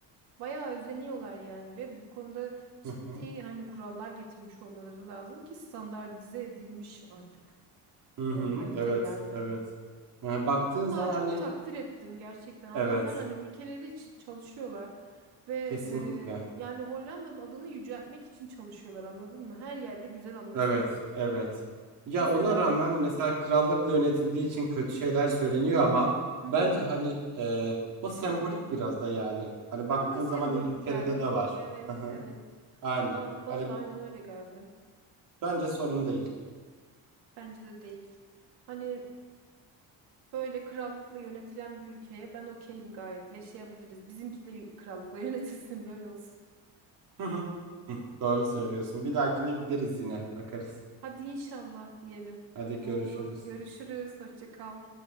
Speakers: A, on the right; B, on the right.
A: Bayağı özeniyorlar yani ve bu konuda ciddi
B: Hı hı.
A: hani kurallar getirmiş olmaları lazım ki standartize edilmiş artık
B: Hı
A: e,
B: hı,
A: kalite
B: evet,
A: yani.
B: evet. Yani baktığın
A: Vallahi
B: zaman
A: çok
B: hani
A: takdir ettim gerçekten. Adamlar
B: evet,
A: hani ülkeleri için çalışıyorlar ve
B: kesinlikle.
A: e, yani Hollanda'nın adını yüceltmek için çalışıyorlar anladın mı? Her yerde güzel anılsın
B: Evet,
A: diye.
B: evet. Ya
A: Mesela
B: ona rağmen mesela krallıkla yönetildiği için kötü şeyler söyleniyor ama
A: Hı
B: bence
A: hı.
B: hani e, o sembolik biraz da yani. Hani baktığın
A: bana da sembolik
B: zaman İngiltere'de
A: geldi.
B: de var.
A: Evet,
B: Hı hı.
A: evet.
B: Aynen.
A: Bana, bana
B: Hani
A: da aynen öyle geldi.
B: bence sorun değil.
A: Bence de değil. Hani böyle krallıkla yönetilen bir ülkeye ben okeyim gayet. Yaşayabiliriz. Bizimki de krallıkla <laughs> yönetilsin böyle olsun.
B: Hı hı. Hı, Doğru söylüyorsun. Bir dahakine gideriz yine bakarız.
A: Hadi inşallah diyelim.
B: Hadi görüşürüz.
A: Oldu. Görüşürüz. Hoşça kal.